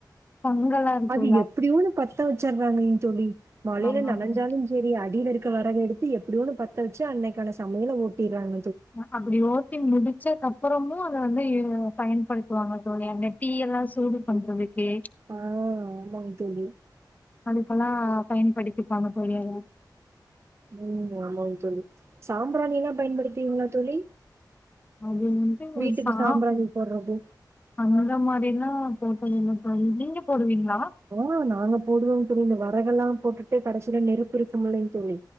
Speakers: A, on the left (about 20°); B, on the right (about 35°).
A: பொங்கலா இருக்குல்ல
B: அது எப்படியோ ஒன்னு பத்த வச்சடுறாங்கங் தோழி மழையில
A: ஆமாங்க
B: நனைைஞ்சாலும் சேரி அடியில இருக்க வெரவ எடுத்து எப் எப்படியோ ஒன்னு பத்த வச்சு அன்னைக்கான சமையல ஓட்டிற்றாங்க
A: ஆமா அப்படி ஓட்டிங் முடிச்ச கப் அப்புறமும் அத வந்து இவக பயன்படுத்துவாங்க தோழி அந்த டீ எல்லாம் சூடு பண்றது கே
B: ஆ ஆமாங் தோழி.
A: அது இப்பலாம் பயன்படுத்திப்பாங்க தோழி அத
B: உம் ஆமாங்க தோழி சாம்பிரானில்லாம் பயன்படுத்துவீங்களா தோழி
A: அது வந்து ஒரு
B: வீட்டுக்கு
A: சாப்
B: சாம்பிராணி போட்றது.
A: அந்த மாதிரிலாம் போட்டதுல்ல தோழி நீங்க போடுவீங்களா
B: ஆஹ் நாங்க போடுவோம் தோழி இந்த வ விறகெல்லாம் போட்டுட்டு கடைசியில நெருப்பிருக்கும் இல்லங் தோழி